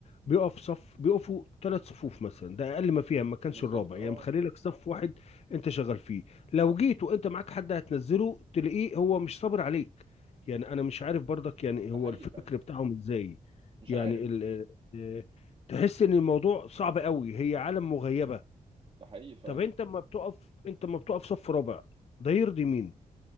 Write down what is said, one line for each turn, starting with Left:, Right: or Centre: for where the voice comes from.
Left: بيقف صف بيقفوا ثلاث صفوف مثلا ده اقل ما فيها ما كانش
Right: بالظبط
Left: الرابع
Right: اه
Left: يعني مخلي لك صف واحد انت شغال فيه لو جيت وانت معاك حد هتنزله تلاقيه هو مش صابر عليك يعني انا مش عارف برضك يعني
Right: ده
Left: هو
Right: حقيقي
Left: الفكر
Right: فعلا
Left: بتاعهم ازاي
Right: مش
Left: يعني
Right: عارف
Left: ال ال- آه، تحس ان الموضوع صعب قوي هي عالم مغيبه
Right: ده حقيقي فعلا
Left: طب انت ما بتقف انت ما بتقف صف رابع ده يرضي مين